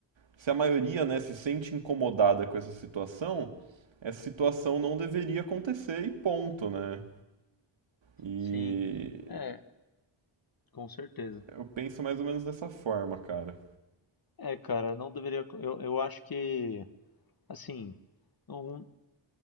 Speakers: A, on the right; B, on the left.
A: se a maioria né, se sente incomodada com essa situação, essa situação não deveria acontecer e ponto, né? E
B: sim. É, com certeza.
A: eu penso mais ou menos dessa forma, cara.
B: É, cara, não deveria. Eu, eu acho que, assim, não-